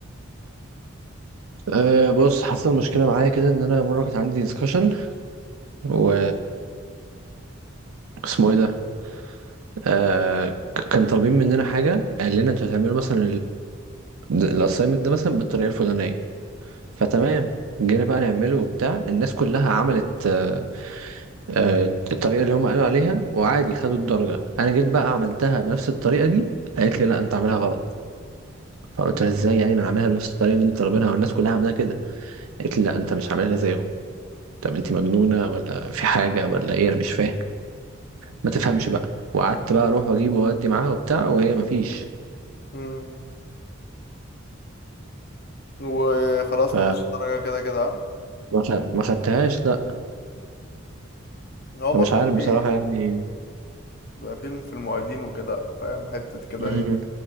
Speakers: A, on the right; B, on the left.
A: أه بص حصل مشكلة معايا كده إن أنا مرة كانت عندي ديسكشن و اسمه إيه ده؟ أه ك- كان طالبين مننا حاجة قال لنا أنتوا هتعملوا مثلا الأسايمنت ده مثلا بالطريقة الفلانية فتمام جينا بقى نعمله وبتاع الناس كلها عملت أه آه، الطريقة اللي هم قالوا عليها وعادي خدوا الدرجة أنا جيت بقى عملتها بنفس الطريقة دي قالت لي لا أنت عاملها غلط فقلت لها إزاي يعني ما أنا عاملها بنفس الطريقة اللي أنت طالبينها والناس كلها عاملاها كده قالت لي لا أنت مش عاملها زيهم طب أنت مجنونة ولا في حاجة ولا إيه أنا مش فاهم ما تفهمش بقى وقعدت بقى اروح واجيب واودي معاها وبتاع وهي ما فيش
B: فاهم وخلاص
A: ف
B: ما خدش الدرجة كده كده اه
A: ما خ- ما خدتهاش لا
B: هو
A: فمش
B: برضه
A: عارف
B: في
A: بصراحة يعني
B: بقى فيلم في المعيدين وكده فاهم حتة كده
A: مم.
B: ايه